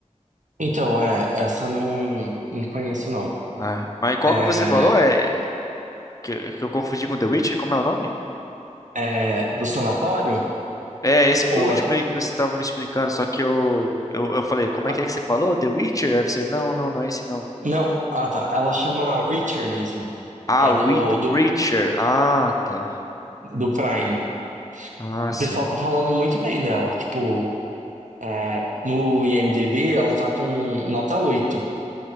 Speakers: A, on the right (about 80°); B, on the left (about 25°).
A: Então, é, essa não, não conheço, não.
B: Ah, é. mas qual
A: É,
B: que você falou? É que, que eu confundi com The Witcher? Como é o nome?
A: é do sanatório?
B: É, esse por
A: Ou
B: último
A: a do...
B: aí que você estava me explicando, só que eu, eu eu falei, como
A: ah,
B: é que é que você falou? The Witcher? Aí você, não, não, não é esse não.
A: não, ah tá, ela chama Reacher mesmo.
B: Ah,
A: É
B: Wit-
A: do,
B: Witcher.
A: do,
B: Ah, tá.
A: do Prime.
B: Ah,
A: O
B: sim.
A: pessoal tá falando muito bem dela. Tipo, é, no IMDb ela tá com nota oito